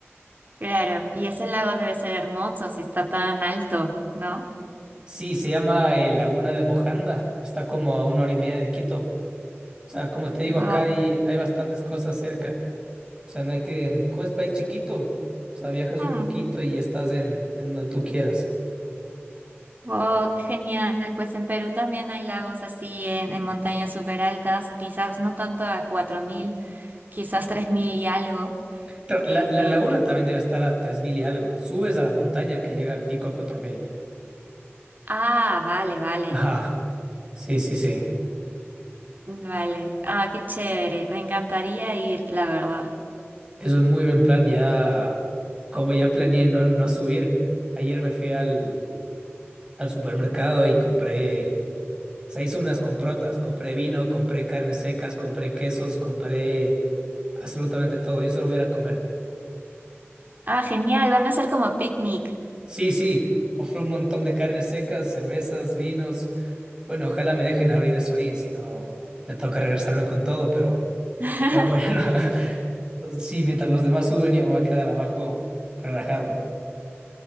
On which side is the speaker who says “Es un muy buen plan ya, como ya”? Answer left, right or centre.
Right